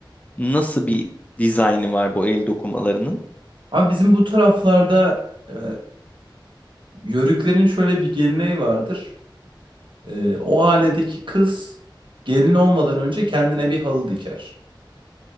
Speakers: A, on the left; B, on the right.
A: Nasıl bir dizaynı var bu el dokumalarının?
B: Ama bizim bu taraflarda e, yörüklerin şöyle bir geleneği vardır. E, o ailedeki kız gelin olmadan önce kendine bir halı diker.